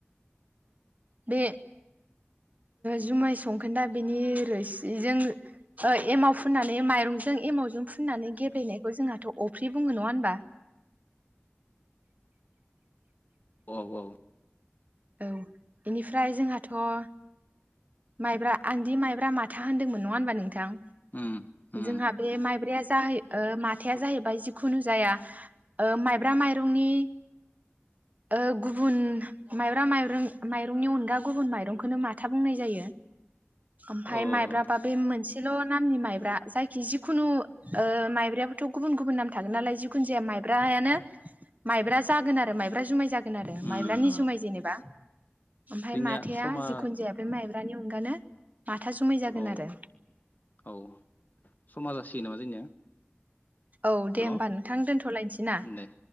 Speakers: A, on the right (about 40°); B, on the left (about 45°).
A: बे जुमाय संखोनदा बेनि रोसिजों ओ एमाव फुननानै माइरंजों एमावजों फुननानै गेब्लेनायखौ जोंहाथ' अफ्रि बुङो नङा होनबा।
B: औऔ
A: औ इनिफ्राय जोंहाथ'। माइब्रा आंदि माइब्रा माथा होनदोंमोन नङा होनबा नोंथां।
B: उम उम
A: जोंहा। बे माइब्राया जाहै माथा जाहैबाय जिखुनु जाया ओ माइब्रा माइरंनि ओ गुबुन माइब्रा माइरं माइरंनि अनगा गुबुन माइरंखौनो माथा बुंनाय जायो। <unintelligible> ओमफाय
B: औ
A: माइब्राबा
B: औ
A: बे मोनसे। एसेल' नामनि माइब्रा जायखि जिखुनु ओ माइब्रायाबोथ' गुबुन गुबुन नाम थागोन नालाय जिखुनु जाया माइब्रायानो माइब्रा जागोन आरो माइब्रा जुमाय जागोन आरो
B: उम
A: माइब्रानि जुमाय जेनेबा। ओमफ्राय
B: जोंनिया
A: माथाआ
B: समा
A: जिखुनु जाया बे माइ नि अनगानो। माथा जुमाय जागोन
B: औ
A: आरो।
B: औ समा जासिगोन नामा जोंनिया
A: औ दे
B: न'
A: होमबा नोंथां दोनथ'लायनोसै ना
B: दे